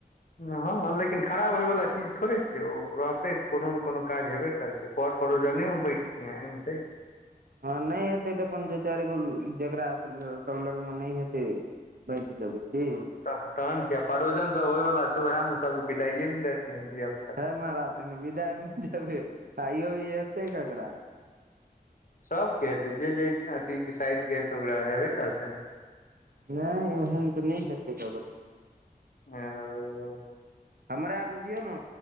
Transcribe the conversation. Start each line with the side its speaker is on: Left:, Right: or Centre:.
Left: हँ हँ, लेकिन खराब होइवला चीज थोड़े छै। ओ रहतै तऽ कोनो ने कोनो काज हेबे करतै। पर परोजनेमे बैठते हैंमे छै।
Right: हँ, नहि हेतै तऽ अपन दू चारि गो जकास सभ लगमे नहि हेतै। बैट देबै की?
Left: त तहन कि, परोजन सब होयवला छै, ओएहमे सभके बिदाइएमे देत धियापुता।
Right: हय महाराज, विदायमे देबे आ इहो हेतै ककरा?
Left: सबके हेतै, जे जे साइजक हेतै ओकरा हेबे करतै।
Right: नैय, ओहन तऽ नहि हेतै ककरो।
Left: ओ,
Right: हमरा बुझियौ ने,